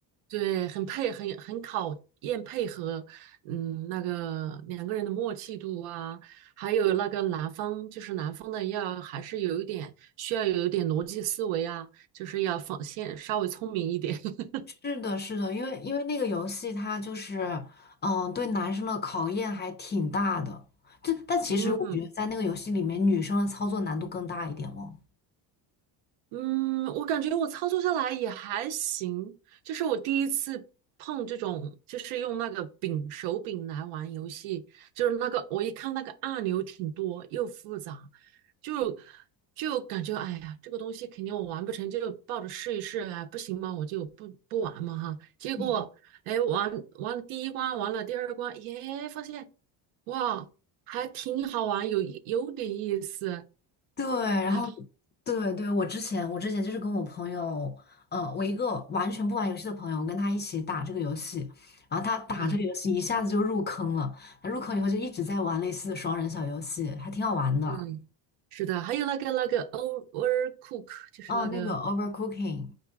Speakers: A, on the right; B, on the left.
A: 对，很配，很很考验配合，嗯，那个两个人的默契度啊，还有那个男方，就是男方的要还是有一点需要有一点逻辑思维啊，就是要放先稍微聪明一点，<laughs>
B: 是的，是的，因为因为那个游戏它就是，嗯、对男生的考验还挺大的。就但其实我觉得在那个游戏里面，
A: 嗯。
B: 女生的操作难度更大一点哦。
A: 嗯，我感觉我操作下来也还行，就是我第一次碰这种，就是用那个柄手柄来玩游戏，就是那个我一看那个按钮挺多又复杂，就就感觉哎呀，这个东西肯定我玩不成，就抱着试一试啊，不行嘛，我就不不玩嘛哈。结果哎，
B: 嗯
A: 玩玩了第一关，玩了第二关，耶，发现哇，还挺好玩，有有点意思，
B: 对，然后
A: 然后
B: 对对，我之前我之前就是跟我朋友，呃，我一个完全不玩游戏的朋友，我跟他一起打这个游戏，然后他打这个游戏一下子就入坑了，
A: 啊。
B: 他入坑以后就一直在玩类似的双人小游戏，还挺好玩的。
A: 嗯，是的，还有那个那个 overcook，就是那个，
B: 哦，那个 Overcooking，